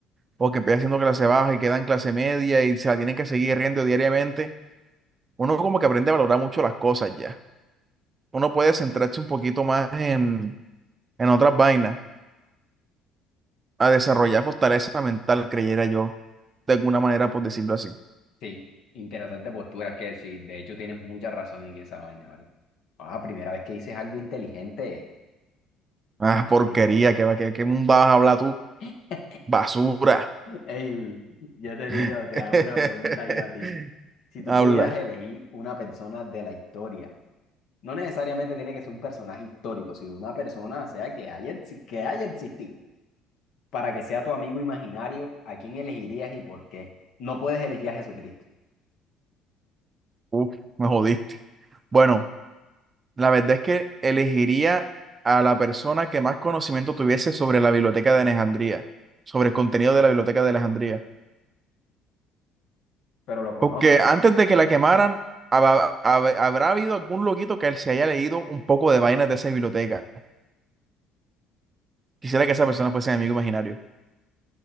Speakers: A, on the right (about 35°); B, on the left (about 65°).
A: o que empieza siendo clase baja y queda en clase media y se la tienen que seguir riendo diariamente, uno como que aprende a valorar mucho las cosas ya. Uno puede centrarse un poquito más en, en otras vainas, a desarrollar fortaleza mental, creyera yo, de alguna manera, por decirlo así.
B: Sí, interesante postura, es que sí, de hecho tienes mucha razón en esa vaina, ¿vale? Ah, primera vez que dices algo inteligente,
A: Ah,
B: maldito.
A: porquería, qué que, qué que vas a hablar tú,
B: <laughs>
A: basura.
B: Ey, yo te
A: <laughs>
B: tiro, te hago una pregunta yo a ti. Si tú
A: Habla.
B: pudieras elegir una persona de la historia, no necesariamente tiene que ser un personaje histórico, sino una persona, o sea, que haya, exi- que haya existido, para que sea tu amigo imaginario, ¿a quién elegirías y por qué? No puedes elegir a Jesucristo,
A: Uf, me jodiste. Bueno, la verdad es que elegiría a la persona que más conocimiento tuviese sobre la biblioteca de Alejandría, sobre el contenido de la biblioteca de Alejandría.
B: pero lo conoces.
A: Porque antes de que la quemaran, haba- hab- habrá habido algún loquito que se haya leído un poco de vainas de esa biblioteca. Quisiera que esa persona fuese mi amigo imaginario,